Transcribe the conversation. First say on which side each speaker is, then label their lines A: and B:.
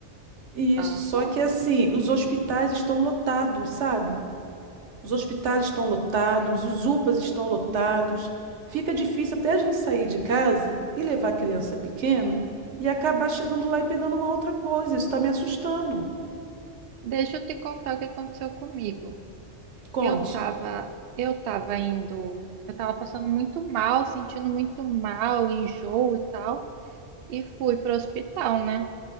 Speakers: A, on the right; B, on the right.
A: Isso,
B: Aham.
A: só que assim, os hospitais estão lotados, sabe? Os hospitais estão lotados,
B: Hum.
A: os UPAs estão lotados. Fica difícil até a gente sair de casa e levar a criança pequena e acabar chegando lá e pegando uma outra coisa. Isso está me assustando.
B: Deixa eu te contar o que aconteceu comigo.
A: Conte.
B: Eu tava, eu tava indo, eu tava passando muito mal, sentindo muito mal, enjoo e tal, e fui pro hospital, né?